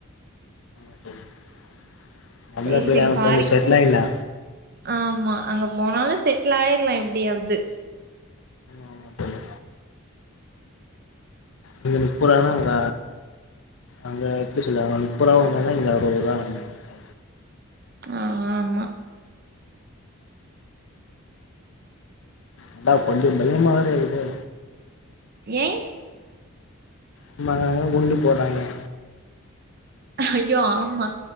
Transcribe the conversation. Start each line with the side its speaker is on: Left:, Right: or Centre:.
Left: <inaudible> நம்பளு
Right: சேரி
Left: பின்ன
Right: சேரி ஃபாரின்
Left: கொஞ்சோ செட்லாயிட்லா
Right: போ ஆமா அங்க போனாலு செட்டிலாயிர்லா எப்டியாவது
Left: ஆமா தோழி இங்க நுப்பருவானா அங்க அங்க எப்டி சொல்லுவாங்க நுப்பரூவா வாங்னாலே இங்க அறுவரூவா அம்பது பைசா
Right: ஆம்மா
Left: அதா கொஞ்சோ பயமா வேற இருக்குதே
Right: ஏ
Left: சும்மாதாங்க குண்டு போட்றாய்ங்க
Right: அய்யோ ஆம்மா